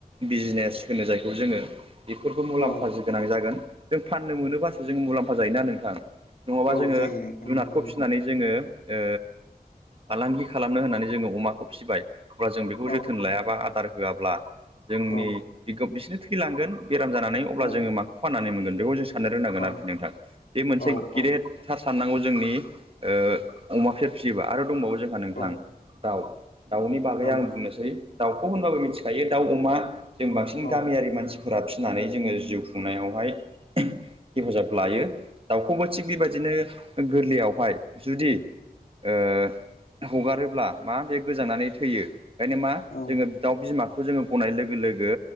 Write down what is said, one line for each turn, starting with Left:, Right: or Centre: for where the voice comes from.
Right: बिजनेस होनो जायखौ जोङो बेफोरखौ मुलाम्फा
Left: औ
Right: गोनां जागोन। जों फाननो मोनोबासो जों मुलाम्फा जायोना नोंथां। नङाबा
Left: औ
Right: जोङो
Left: जायो नोंथां
Right: जुनादखौ
Left: नंगौ नंगौ
Right: फिसिनानै जोङो ओ फालांगि खालामनो होननानै जोङो अमाखौ फिबाय अब्ला जों बेखौ
Left: औ
Right: जोथोन लायाबा आदा दार होआब्ला जोंनि
Left: औ
Right: बिखो बिसनो थैलांगोन। बेराम जानानै अब्ला
Left: औ
Right: जोङो माखौ फाननानै मोनगोन बेखौ जों साननो रोंनांगोन
Left: औ
Right: आरोखि नोंथां बे मोनसे
Left: औ औ
Right: गेदेर थार साननांगौ जोंनि ओ अमा फेर फिसियोबा आरो दंबावो जोंहा नोंथां
Left: औ
Right: दाउ दाउनि बागै
Left: औ
Right: आं बुंनोसै दाउखौ होनबाबो मिथिखायो दाउ अम मा जों बांसिन
Left: औ
Right: गामियारि मानसिफोरा फिनानै जोङो जिउ खुंनायावहाय हेफाजाब लायो, दाउखौबो थिग बेबायदिनो गोरलैयावहाय जुदि ओ हगारोब्ला मा बे गोजांनानै थैयो, ओंखायनो मा
Left: औ
Right: जोङो दाउ बिमाखौ जोङो गनाय लोगो लोगो